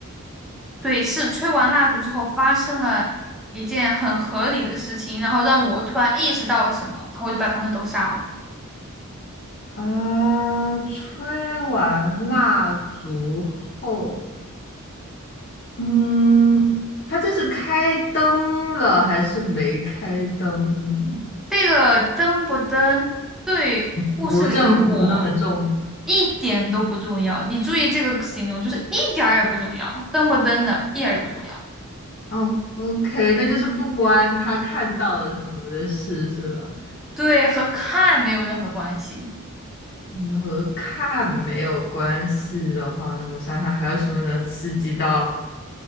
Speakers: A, in the centre; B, on the left (about 50°).
A: 对，是吹完蜡烛之后发生了一件很合理的事情，然后让我突然意识到了什么，然后我就把他们都杀了。
B: 啊，吹完蜡烛后，嗯，他这是开灯了还是没开灯呢？
A: 这个登不登对故事里的我
B: 不正不那么重。
A: 一点都不重要。你注意这个形容，就是一点儿也不重要，登不登的一点儿也不重要，
B: 哦，OK，那就是不关他看到了什么的事是吧？
A: 对，和看没有任何关系。
B: 嗯，和看没有关系的话，那我想想还有什么能刺激到